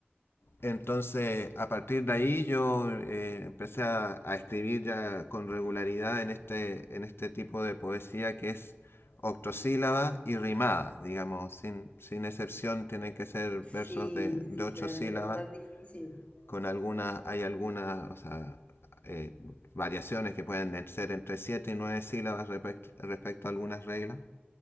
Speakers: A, on the left; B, on the left.
A: Entonces, a partir de ahí yo eh, empecé a, a escribir ya con regularidad en este, en este tipo de poesía que es octosílaba y rimada, digamos, sin, sin excepción tienen que ser
B: Sí,
A: versos de, de
B: sí,
A: ocho
B: claro,
A: sílabas,
B: es más difícil.
A: con algunas, hay algunas, o sea, eh, variaciones que pueden ser entre siete y nueve sílabas respecto respecto a algunas reglas,